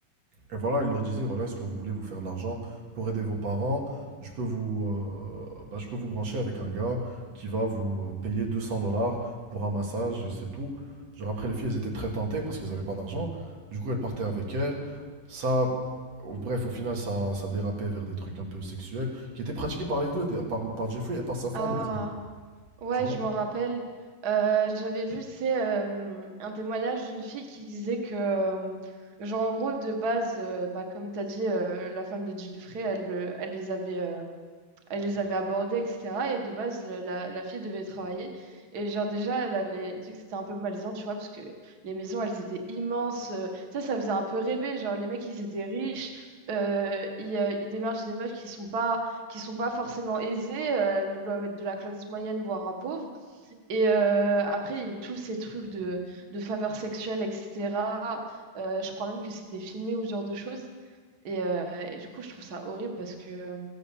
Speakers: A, on the right (about 50°); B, on the right (about 80°).
A: Et voilà, il leur disait, voilà, est-ce que vous voulez vous faire de l'argent pour aider vos parents? Je peux vous, euh, bah, je peux vous brancher avec un gars qui va vous euh, payer 200 dollars pour un massage et c'est tout. Genre après, les filles, elles étaient très tentées parce qu'elles n'avaient pas d'argent. Du coup, elles partaient avec elles. Ça, au- bref, au final, ça, ça dérapait vers des trucs un peu sexuels qui étaient pratiqués par les deux, des- par, par Jeffrey et par sa femme
B: Ah,
A: aussi.
B: Ouais,
A: Tu vois?
B: je m'en rappelle. Euh, j'avais vu, c'est euh, un témoignage d'une fille qui disait que, euh, genre, en gros, de base, euh, bah, comme tu as dit, euh, la femme de Jeffrey, elle, le- elle les avait, euh, elle les avait abordés, etc. Et de base, la, la la fille devait travailler. Et, genre, déjà, elle avait dit que c'était un peu malaisant, tu vois, parce que les maisons, elles étaient immenses. euh, ça, ça faisait un peu rêver. Genre, les mecs, ils étaient riches. euh, ils, euh, ils démarchent des meufs qui sont pas qui sont pas forcément aisées. euh, elles doivent être de la classe moyenne, voire un pauvre. Et euh, après, il y a eu tous ces trucs de, de faveurs sexuelles, etc. Euh, je crois même que c'était filmé ou ce genre de choses. Et, euh, et du coup, je trouve ça horrible parce que, euh,